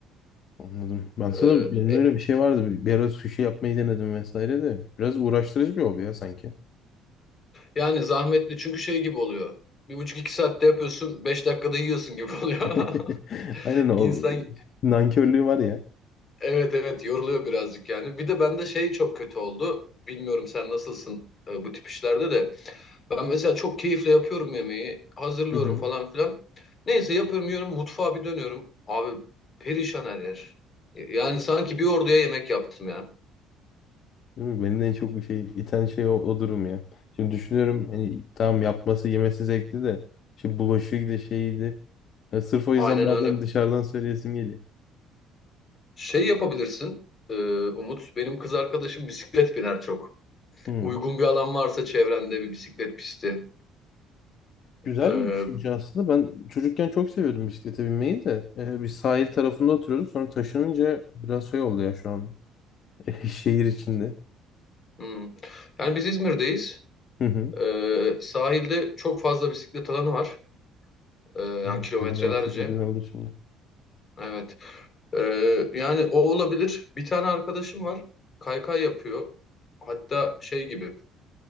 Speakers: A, on the left; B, on the left.
A: Anladım. Ben sana
B: E,
A: benim de
B: e,
A: öyle bir şey vardı. Bir, bir ara sushi yapmayı denedim vesaire de. Biraz uğraştırıcı bir hobi ya sanki.
B: yani zahmetli çünkü şey gibi oluyor. Bir buçuk iki saatte yapıyorsun, beş dakikada yiyorsun gibi oluyor.
A: <laughs>
B: <laughs>
A: Aynen o
B: İnsan
A: nankörlüğü var ya.
B: Evet evet yoruluyor birazcık yani. Bir de bende şey çok kötü oldu. Bilmiyorum sen nasılsın e, bu tip işlerde de. Ben mesela çok keyifle yapıyorum yemeği. Hazırlıyorum
A: Hı Hı
B: falan filan. Neyse yapıyorum yiyorum mutfağa bir dönüyorum. Abi perişan her yer. Yani sanki bir orduya yemek yaptım ya.
A: Değil mi? Beni de en çok bir şey iten şey o, o durum ya. Şimdi düşünüyorum hani tamam yapması yemesi zevkli de işte bulaşığı da şeydi. Ya sırf o yüzden
B: Aynen
A: bazen
B: öyle.
A: dışarıdan söyleyesim geliyor.
B: Şey yapabilirsin e, Umut. Benim kız arkadaşım bisiklet biner çok.
A: Hı.
B: Uygun bir alan varsa çevrende bir bisiklet pisti.
A: Güzel
B: E,
A: bir düşünce aslında. Ben çocukken çok seviyordum bisiklete binmeyi de. Ee, bir sahil tarafında oturuyorduk. Sonra taşınınca biraz şey oldu ya şu an. <laughs> şehir içinde.
B: hmm. Yani biz İzmir'deyiz.
A: hı.
B: Ee, sahilde çok fazla bisiklet alanı var. Ee, yani
A: Hı.
B: kilometrelerce.
A: Sizin orası çok güzeldir şimdi.
B: Evet. Ee, yani o olabilir. Bir tane arkadaşım var. Kaykay yapıyor. Hatta şey gibi